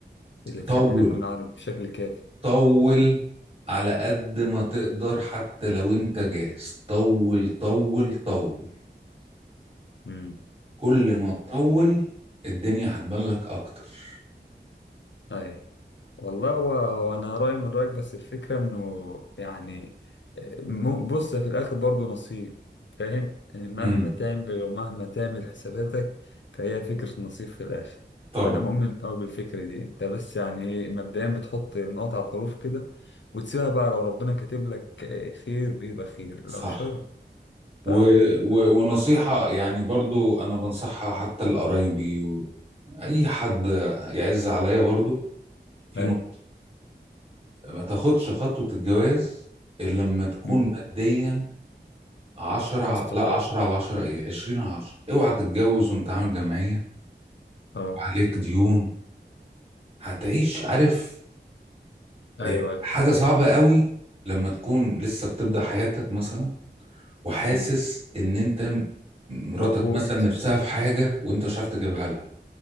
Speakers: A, on the left; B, on the right.
A: اللي تخلينا
B: طول
A: نكون عارف بشكل كافي
B: طول على قد ما تقدر حتى لو انت جاهز طول طول طول
A: امم
B: كل ما تطول الدنيا هتبان لك اكتر
A: اي والله هو هو انا رايي من رايك بس الفكره انه يعني م- بص في الاخر برضه نصيب فاهم يعني مهما
B: امم
A: تعمل ومهما تعمل حساباتك فهي فكره نصيب في الاخر
B: طبعا
A: فانا مؤمن قوي بالفكره دي انت بس يعني ايه مبدئيا بتحط نقط على الحروف كده وتسيبها بقى لو ربنا كاتب لك خير بيبقى خير
B: صح
A: لو شر ف
B: و... و... ونصيحة يعني برضو انا بنصحها حتى لقرايبي واي حد يعز عليا برضو في
A: اي
B: نقطة ما تاخدش خطوة الجواز الا لما تكون
A: مم.
B: ماديا عشرة على...
A: مستقر
B: لا عشرة على عشرة ايه عشرين على عشرة اوعى تتجوز وانت عامل جمعية
A: اه
B: وعليك ديون هتعيش عارف
A: ايوه
B: آه،
A: ايوه
B: حاجة صعبة قوي لما تكون لسه بتبدأ حياتك مثلا وحاسس
A: مم.
B: ان انت م- مراتك
A: مربوط
B: مثلا نفسها في حاجة وانت مش عارف تجيبها لها